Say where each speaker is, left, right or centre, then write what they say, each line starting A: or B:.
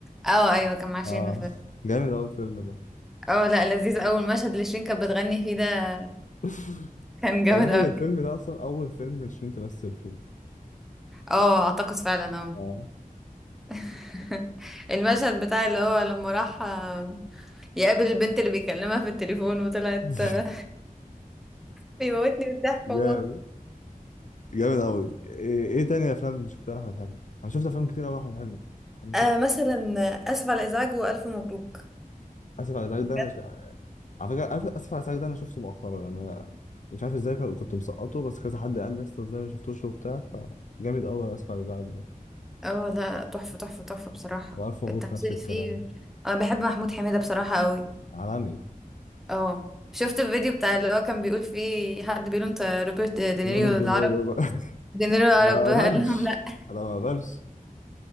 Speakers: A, in the centre; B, on the left (about 60°).
A: اه ايوه كان مع شريف
B: آه جامد أوي الفيلم ده
A: اه لا لذيذ أوي المشهد اللي شيرين كانت بتغني فيه ده
B: <laughs>
A: كان جامد
B: تقريبا
A: أوي
B: الفيلم ده أصلا أول فيلم شيرين تمثل فيه
A: اه اعتقد فعلا اه
B: آه
A: <laughs> المشهد بتاع اللي هو لما راح آه، يقابل البنت اللي بيكلمها في التليفون وطلعت
B: <laughs>
A: آه، بيموتني بالضحك
B: جامد
A: والله
B: جامد قوي ايه إيه تاني افلام شفتها لاحمد حلمي انا شفت افلام كتير قوي لاحمد حلمي انا شفت
A: آه مثلا آه، اسف على الازعاج والف مبروك
B: اسف على الازعاج
A: بجد
B: ده انا ش- على فكره عارف اسف على الازعاج ده انا شفته مؤخرا يعني انا مش عارف ازاي كان- كنت مسقطه بس كذا حد قال لي لسه ازاي ما شفتوش وبتاع فجامد قوي اسف على الازعاج ده
A: اه لا لا تحفه تحفه تحفه بصراحه
B: والف مبروك
A: التمثيل
B: نفس الكلام
A: فيه آه، انا بحب محمود حميده بصراحه قوي
B: عالمي
A: اه شفت الفيديو بتاع اللي هو كان بيقول فيه حد بيقول انت روبرت دينيريو
B: روبرت دينيرو
A: العرب
B: بقى. <laughs>
A: دينيريو العرب
B: انا ما
A: <laughs>
B: بقبلش انا ما بقبلش